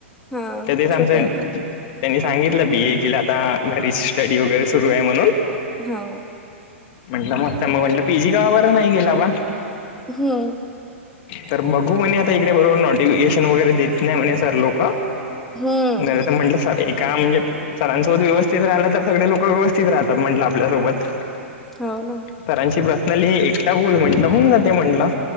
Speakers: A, in the centre; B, on the left (about 45°).
A: हा
B: त्या दिच आमचा
A: छोटा आहे तो
B: त्यांनी सांगितलं बी ए केला आता घरीची स्टडी वगैरे सुरू आहे म्हणून
A: हो
B: म्हटलं मस्त मग म्हटलं पीजी का बरं नाही गेला बा.
A: हम्म
B: तर बघू म्हणे आता इकडे बरोबर नोटिफिकेशन वगैरे देत नाही म्हणे सर लोक.
A: हम्म
B: घर तर म्हंटलं स एका म्हणजे सरांसोत व्यवस्थित राहिला तर सगळे लोक व्यवस्थित राहतात म्हटलं आपल्यासोबत
A: हो ना
B: सरांची प्रसनली एकटा बोल म्हंलं होऊ जा ते म्हंलं